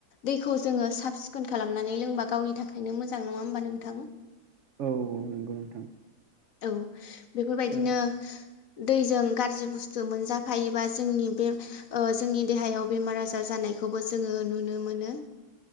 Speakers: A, on the left; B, on the right.
A: दैखौ जोङो सफ सिखोन खालामनानै लोंबा गावनि थाखायनो मोजां नङा होमबा नोंथां?
B: औ औ नंगौ नोंथां।
A: औ बेफोरबायदिनो
B: ओ
A: दैजों गाज्रि बुस्थु मोनजाफायोबा जोंनि बे ओ जोंनि देहायाव बेमार आजार जानायखौबो जोङो नुनो मोनो।